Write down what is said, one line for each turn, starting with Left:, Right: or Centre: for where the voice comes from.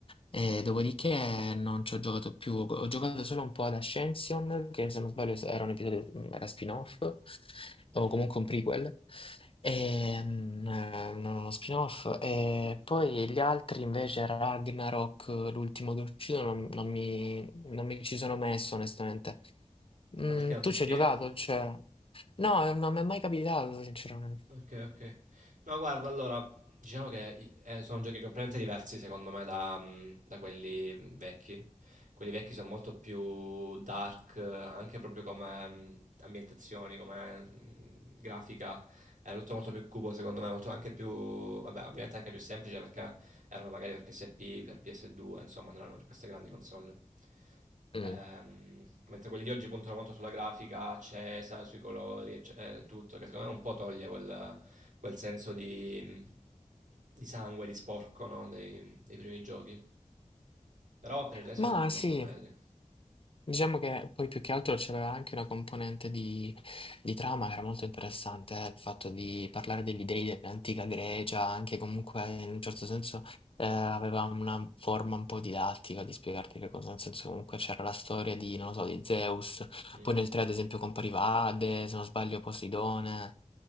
Left: E dopodiché non ci ho giocato più, ho giocato solo un po' ad Ascension, che se non sbaglio era un episodio, mm, era spin-off, o
Right: Mm.
Left: comunque un prequel, e, mm, eh, non uno spin-off. E poi gli altri invece Ragnarok, l'ultimo che è uscito, non, non mi, non mi ci sono messo onestamente. Mm,
Right: Ma perché non
Left: tu
Right: ti ispira?
Left: ci hai giocato? Cioè... No, non mi è mai capitato sinceramente.
Right: Ok, ok. No, guarda, allora, diciamo che i- eh, sono giochi completamente diversi secondo me da, mh, da quelli mh, vecchi. Quelli vecchi sono molto più dark, eh, anche proprio come mh, ambientazioni, come mh, grafica. era tutto molto più cubo secondo me, molto anche più, vabbè ovviamente anche più semplice perché erano magari per PSP, per PS2, insomma non erano per queste grandi console.
Left: Mm.
Right: Ehm, mentre quelli di oggi puntano molto sulla grafica accesa, sui colori, ecce- eh, tutto, che secondo me un po' toglie quel, quel senso di, di sangue, di sporco, no? dei, dei primi giochi. Però per il resto
Left: Ma
Right: sono molto
Left: sì.
Right: belli.
Left: Diciamo che poi più che altro c'aveva anche una componente di, di trama che era molto interessante, eh, il fatto di parlare degli dei dell'antica Grecia, anche comunque in un certo senso eh, aveva una forma un po' didattica di spiegarti che cosa, nel senso comunque c'era la storia di, non lo so, di Zeus,
Right: Mm,
Left: poi nel 3 ad esempio compariva Ade, se non sbaglio Poseidone,